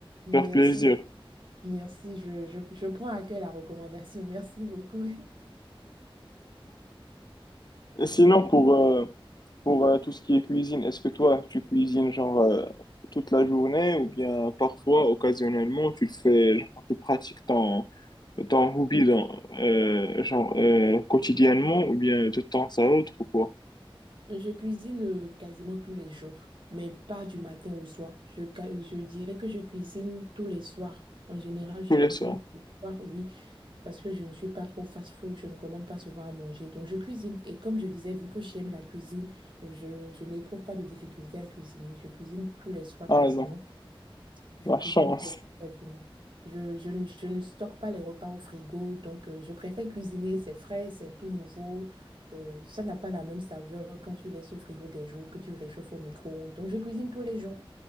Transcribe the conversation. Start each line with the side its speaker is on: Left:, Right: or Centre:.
Right: Merci.
Left: Faire plaisir.
Right: Merci, je, je, je prends à cœur la recommandation. Merci beaucoup. <laughs>
Left: Et sinon, pour, euh, pour euh, tout ce qui est cuisine, est-ce que toi, tu cuisines genre euh, toute la journée ou bien parfois, occasionnellement, tu le fais, genre, tu pratiques ton, ton hobby dans, euh, genre, euh, quotidiennement ou bien de temps à autre ou quoi?
Right: Je cuisine euh, quasiment tous les jours, mais pas du matin au soir. Je, ca- je dirais que je cuisine tous les soirs. En général, je
Left: Oui,
Right: cuisine
Left: Bien sûr.
Right: tous les soirs, oui, parce que je ne suis pas trop fast-food, je ne commande pas souvent à manger. Donc, je cuisine. Et comme je disais, vu que j'aime la cuisine, je, je n'éprouve pas de difficulté à cuisiner. Je cuisine tous les soirs
Left: Ah
Right: quasiment.
Left: non,
Right: Je
Left: la
Right: cuisine
Left: chance.
Right: tous les repas quasiment. Je, je, ne je ne stocke pas les repas au frigo, donc euh, je préfère cuisiner, c'est frais, c'est tout nouveau. Euh, ça n'a pas la même saveur quand tu laisses au frigo des jours, que tu réchauffes au micro-ondes. Donc je cuisine tous les jours.